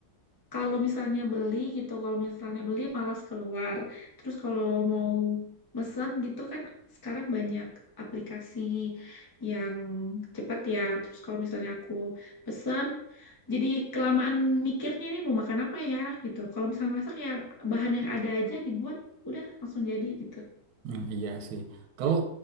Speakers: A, on the left; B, on the right.
A: Kalau misalnya beli gitu, kalau misalnya beli malas keluar. Terus kalau mau mesen gitu kan sekarang banyak aplikasi yang cepat ya. Terus kalau misalnya aku pesen, jadi kelamaan mikirnya ini mau makan apa ya gitu. Kalau misalnya masak ya bahan yang ada aja dibuat, udah langsung jadi gitu.
B: Hmm, iya sih. Kalau